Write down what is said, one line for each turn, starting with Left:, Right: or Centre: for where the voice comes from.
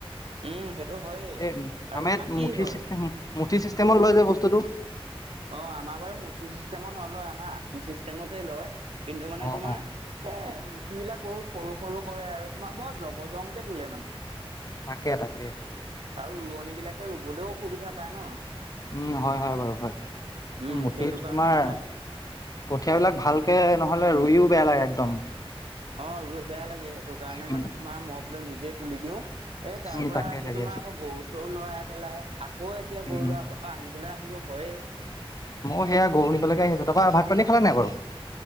Right: উম সেইটো হয়েই
Left: এ
Right: আৰু
Left: আমা
Right: তোমাৰ
Left: ইয়াত
Right: কি
Left: মুঠি
Right: হয়
Left: চিষ্টেম মুঠি চিষ্টেমত লয় যে বস্তু বস্তুটো
Right: অ আমাৰ বাৰু মুঠি চিষ্টেমত নলয় আমাৰ আশী চিষ্টেমতে লয় কিন্তু মানে
Left: অ',
Right: তোমাৰ
Left: অ',
Right: এ মুঠিবিলাক বহুত সৰু সৰু কৰে আৰু তোমাৰ বৰ জবৰ জমকে তোলে মানে
Left: তাকে তাকে
Right: আৰু ৰোৱনী বিলাকে ৰুবলৈও অসুবিধা পায় ন
Left: উম হয় হয় বাৰু হয়
Right: উম
Left: এই মুঠি
Right: সেইটো কাৰণে
Left: তোমাৰ
Right: মানে
Left: কঠিয়া বিলাক ভালকে নহ'লে ৰুইও বেয়া লাগে একদম
Right: অ ৰুই বেয়া লাগে সেইটো কাৰণে
Left: উম,
Right: মানে তোমাৰ মই বোলো নিজেই তুলি দিও এই তাৰ
Left: উম,
Right: পৰা
Left: তাকে
Right: আহি
Left: তাকে
Right: তোমাৰ আকৌ গৰু চৰু লৰাই পেলাই আকৌ এতিয়া
Left: উম,
Right: গৰু
Left: উম,
Right: লৰাই আনিবলৈ আহিব হয়
Left: মই সেয়া গৰু নিবলৈকে আহিছো তাপা ভাত পানী খালা নাই বাৰু